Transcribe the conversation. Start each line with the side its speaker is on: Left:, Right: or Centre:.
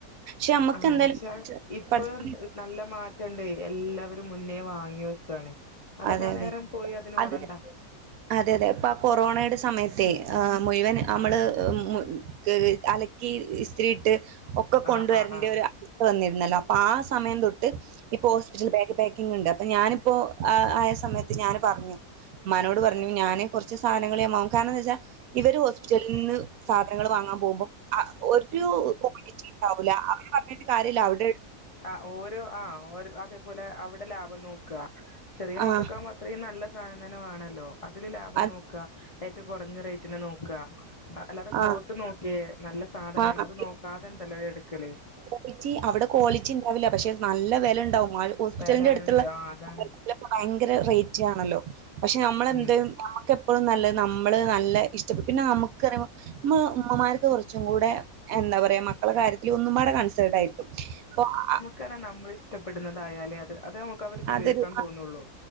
Right: പക്ഷെ നമ്മക്ക്
Left: ആ
Right: എന്തായാലും
Left: പക്ഷെ ഇപ്പൊ
Right: പടച്ചോൻ
Left: ന്ത് നല്ല മാറ്റണ്ടെ എല്ലാവരും മുന്നേ വാങ്ങി വെക്കാണ് അതുകൊണ്ടാനേരം
Right: അതെ അതെ
Left: പോയ് അതിന് ഓടണ്ട
Right: അത് അതെ അതെ ഇപ്പ ആ കൊറോണയുടെ സമയത്തെയ് ആ മുഴുവൻ അമ്മള് മു മക്ക് അലക്കി ഇസ്തിരിയിട്ട് ഒക്കെ കൊണ്ടുവരെണ്ട്യൊരു
Left: ആഹ് ആഹ് ആഹ്
Right: അവസ്ത്ത വന്നിരുന്നല്ലോ അപ്പൊ ആ സമയം തൊട്ട് ഇപ്പൊ ഹോസ്പിറ്റൽ ബാഗ് പാക്കിങ്ണ്ട് അപ്പൊ ഞാനിപ്പോ ആ ആയ സമയത്ത് ഞാന് പർഞ്ഞു ഉമ്മാനോട് പർഞ്ഞു ഞാന് കൊർച്ച് സാനങ്ങൾ ഞാൻ വാങ്ങും കാരണം എന്താച്ചാ ഇവര് ഹോസ്പിറ്റലിൽന്ന് സാധനങ്ങൾ വാങ്ങാം പോകുമ്പോ ആ ഒരു ക്വാണ്ടിറ്റിണ്ടാവൂല അവരെ പർഞ്ഞിട്ട് കാര്യല്ല അവ്ടെ
Left: ആ ഓരോ ആ ഓര് അതെ അത് പോലെ അവ്ടെ ലാഭം നോക്ക ചെറിയ
Right: ആഹ്
Left: മക്കക്കാവുമ്പോ അത്രയും നല്ല സാധനം വാണല്ലോ അതില് ലാഭം
Right: അത്
Left: നോക്ക ഏറ്റവും കൊറഞ്ഞ റേറ്റിന് നോക്ക അല്ലാതെ ക്ലോത്ത്
Right: ആ
Left: നോക് ക്കെ നല്ല സാധനാണ്
Right: ആഹ്
Left: അത് നോക്കാതെണ്ടല്ലോരെടുക്കല്
Right: ളിറ്റി അവിടെ ക്വാളിറ്റി ണ്ടാവില്ല പക്ഷെ നല്ല വെലണ്ടാവും മാൾ ഹോസ്പിറ്റൽന്റെട്ത്ത്ള്ളെ
Left: വില വരും ആഹ് അതാണ്
Right: ഭയങ്കര റേറ്റ് ആണല്ലോ പക്ഷെ നമ്മളെന്തും
Left: ഉം
Right: നമുക്കെപ്പഴും നല്ലത് നമ്മള് നല്ല ഇഷ്ട്ടപ്പെ പിന്നെ നമുക്ക്റിയുമ്പോ ഉമ്മ് ഉമ്മമാർക്ക് കൂടെ എന്താപറ്യ മക്കള കാര്യത്തിൽ ഒന്നും പാടെ കൺസേൾട്ടായ്രിക്കും അപ്പൊ ആ
Left: കാരണം നമ്മളിഷ്ടപ്പെടുന്നതായാലേ അത് അതെ നമുക്ക് അവര്ക്ക് ഉപയോഗിക്കാൻ
Right: അതൊരു
Left: തോന്നുള്ളൂ